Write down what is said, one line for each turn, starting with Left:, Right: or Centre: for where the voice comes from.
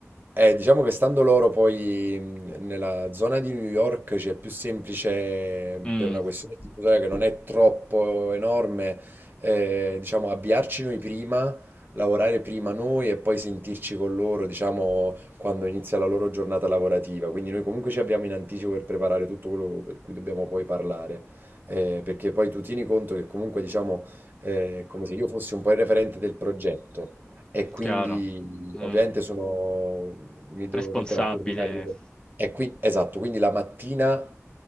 Right: Eh, diciamo che stando loro poi mh, nella zona di New York c'è più semplice mh,
Left: Mh.
Right: per una questione di tutela che non è troppo enorme, eh, diciamo avviarci noi prima, lavorare prima noi e poi sentirci con loro, diciamo, quando inizia la loro giornata lavorativa. Quindi noi comunque ci abbiamo in anticipo per preparare tutto quello per cui dobbiamo poi parlare. Eh, perché poi tu tieni conto che comunque, diciamo, eh, è come se io fossi un po' il referente del progetto. E quindi
Left: Chiaro. Mh.
Right: ovviamente sono mi devo
Left: Responsabile.
Right: mettere a coordinare delle... E qui, esatto, quindi la mattina